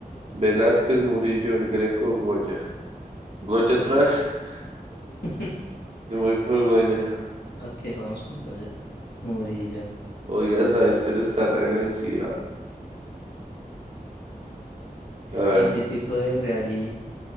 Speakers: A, on the right (about 45°); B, on the left (about 85°).
A: Velázquez, Murillo, el Greco, Goya. ¿Goya otra vez? <laughs>
B: <laughs>
A: Yo me voy por Goya.
B: Ok, vamos por allá. Murillo.
A: Oiga, esa Esther está regresiva. A ver,
B: ¿En qué tipo de reality